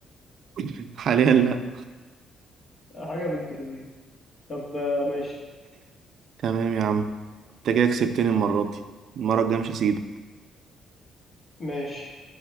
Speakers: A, on the right; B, on the left.
A: <laughs> حاليا لا
B: <laughs> حاجه بنت لذين طب آه، ماشي
A: تمام يا عم انت كده كسبتني المره دي المره الجايه مش هسيبك
B: ماشي